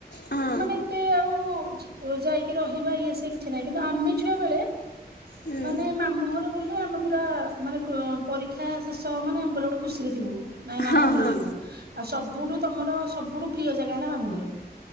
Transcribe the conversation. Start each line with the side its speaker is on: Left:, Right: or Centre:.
Left: ହଁ
Right: ମାନେ। ଏତେ ଆଉ ଓ ଯା ‌ଓ ଯାଇକି ରହିବା ଇଏ ସିଏ କିଛି ନାହିଁ, କିନ୍ତୁ ଆମେ ଛୁଆ ବେଳେ।
Left: ହୁଁ
Right: ମାନେ ମାମୁଁ ଘର ବୋଲି ଆମେ ପୁରା। ମାନେ କ ପରୀକ୍ଷା ଶେଷ ହବ ମାନେ ଆମେ ପୁରା ଗୋଟେ ଖୁସିରେ ଥିବୁ, ନାଇଁ ମାମୁଁଘର
Left: ହଁ ହଁ
Right: ଯିବୁ। ଆଉ ସବୁଠୁ ତମର ସବୁଠୁ ପ୍ରିୟ ଜାଗା ହେଲା ମାମୁଁଘର।